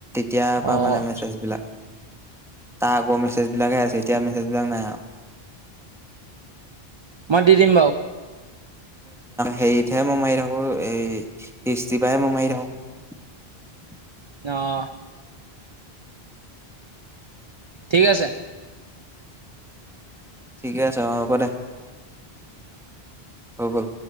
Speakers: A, in the centre; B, on the right.
A: কেতিয়াৰ পৰা
B: অঁ
A: মানে মেছেজবিলাক আগৰ মেছেজ মেজ বিলাকে আছে এতিয়া মেছেজ বিলাক নাই
B: মাতি দিম বাও
A: হেইতহে মই মাৰি থাকো এই হিষ্টিৰ পৰাে মই মাৰি থাকো।
B: অঁ ঠিক আছে।
A: ঠিকে আছে অ হ'ব দে হৈ গল